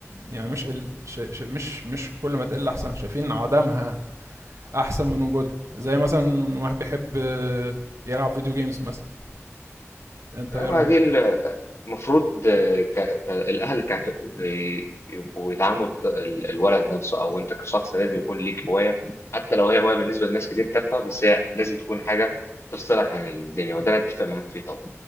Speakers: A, on the right (about 80°); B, on the left (about 60°).
A: يعني مش ال... ش... ش... مش مش كل ما تقل احسن شايفين عدمها احسن من وجودها زي مثلا واحد بيحب آه، يلعب فيديو جيمز مثلا انت
B: لا
A: ايه
B: ما
A: رايك
B: دي المفروض الأهل ك- بي- يبقوا يدعموا الط- ال- الولد نفسه أو أنت كشخص لازم يكون ليك هواية حتى لو هي هواية بالنسبة لناس كتير تافهة بس هي لازم تكون حاجة تفصلك عن الدنيا وده أنا أتفق معاك فيه طبعا